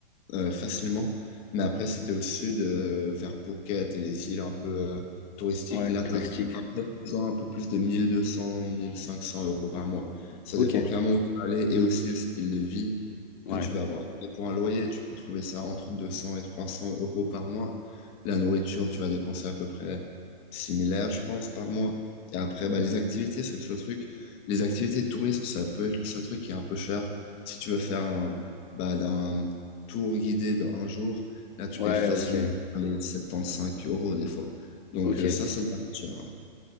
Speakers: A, on the left (about 20°); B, on the left (about 50°).
A: euh, facilement. Mais après, si t'es au sud, euh, vers Phuket et les îles un peu euh, touristiques,
B: ouais,
A: là,
B: touristique.
A: t'as un- peut-être besoin un peu plus de mille mille deux cents, mille cinq cents euros par mois. Ça
B: Ok,
A: dépend clairement où tu vas aller et aussi le style de vie
B: ouais,
A: que tu vas avoir. Et pour un loyer, tu peux trouver ça entre 200 et 300 euros par mois. La nourriture, tu vas dépenser à peu près similaire, je pense, par mois. Et après, bah, les activités, c'est le seul truc. Les activités de touristes, ça peut être le seul truc qui est un peu cher. Si tu veux faire un, bah, d'un tour guidé dans un jour, là, tu
B: ouais,
A: payes facilement
B: ok,
A: les 75 euros des fois. Donc,
B: ok.
A: euh, ça, ça doit être cher. ouais.